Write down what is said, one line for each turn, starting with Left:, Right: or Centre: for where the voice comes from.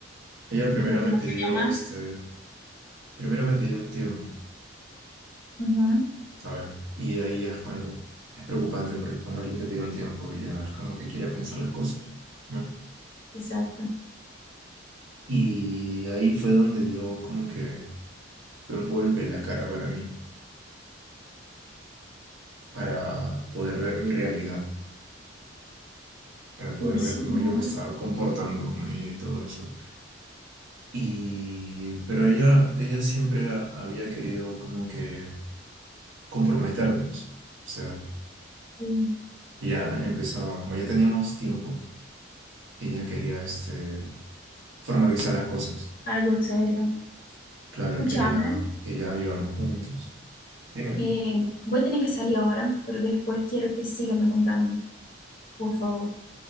Right: ella
Left: dijo
Right: primero
Left: que
Right: me
Left: no
Right: pidió
Left: quería más.
Right: este, primero me pidió un tiempo,
Left: Ujú,
Right: ¿sabes? Y ahí ya es cuando es preocupante porque cuando alguien te pide un tiempo ya es como que quiere pensar las cosas, ¿no?
Left: Exacto.
Right: Y ahí fue donde yo como que fue un golpe en la cara para mí, para poder ver mi realidad, para poder
Left: Y sí,
Right: ver cómo
Left: no,
Right: yo me estaba comportando con ella y todo eso. Y pero ella ella siempre ha- había querido como que comprometernos, o sea,
Left: sí,
Right: ya empezaba, como ya teníamos tiempo Ella quería este, formalizar las cosas.
Left: algo serio.
Right: Claro,
Left: Escúchame.
Right: quería que ya vivamos juntos. Dime,
Left: Eh, voy a tener que salir ahora, pero después quiero que síganme contando, por favor.